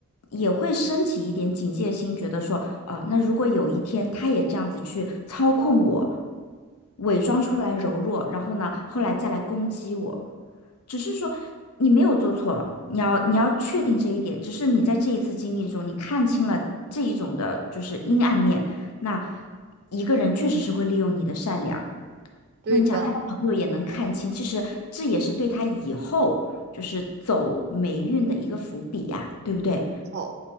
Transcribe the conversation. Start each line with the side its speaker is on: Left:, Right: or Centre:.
Left: 也会升起一点警戒心，觉得说，啊、那如果有一天他也这样子去操控我。伪装出来柔弱，然后呢，后来再来攻击我。只是说你没有做错了，你要你要确定这一点。只是你在这一次经历中，你看清了这一种的就是阴暗面。那一个人确实是会利用你的善良。
Right: 对的，
Left: 那你想，他的朋友也能看清，其实这也是对他以后就是走霉运的一个伏笔呀，对不对？
Right: 好。